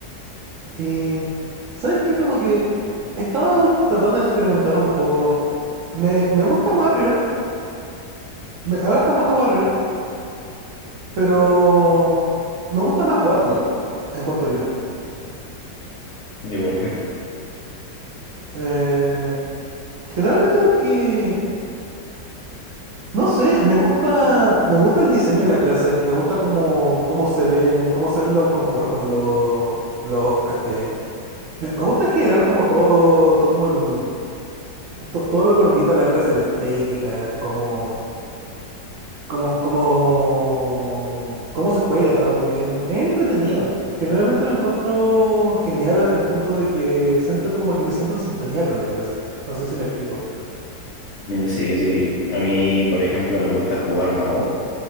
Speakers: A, on the right; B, on the left.
A: Y, ¿sabes qué? Como que estaba tratando de experimentar un poco. Me, me gusta Warrior, me- ahora está jugando Warrior, pero me gusta más Warlock, encuentro yo.
B: ¿Y por qué?
A: Eh, generalmente porque, no sé, me gusta, me gusta el diseño de la clase, me gusta cómo, cómo se ven, cómo se ven los conjuros cuando lo- los casteáis. Me, me gusta en general como todo, todo como el, to- todo lo que orbita la clase, la estética, como, como, como, cómo se juega también. Es entretenido. Generalmente lo encuentro genial hasta el punto de que siento que como que me siento en sintonía con la clase. No sé si me explico.
B: Mm, Sí, sí, a mí, por ejemplo, me gusta jugar mago,